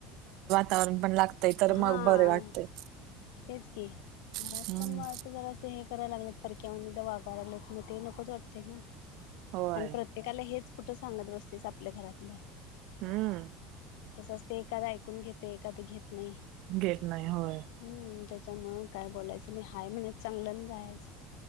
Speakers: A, on the right; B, on the left.
A: तावरण पण लागतय तर
B: हा
A: मग बरे वाटते.
B: तेच की घरात
A: हम्म.
B: पण म ते जरा असं हे करायला लागलेत परक्या वानी <unintelligible> म ते नकोच वाटते ना
A: होय.
B: आणि प्रत्ये त्येकाला हेच कुठं सांगत बसतेस आपल्या घरातलं.
A: हां.
B: तसंच ते एखादा ऐकून घेते एखादा घेत नाही.
A: घेत नाही होय.
B: हम्म त्याच्यामुळं काय बोलायचं नाय हाय म्हणे चांगलं अन जायचं.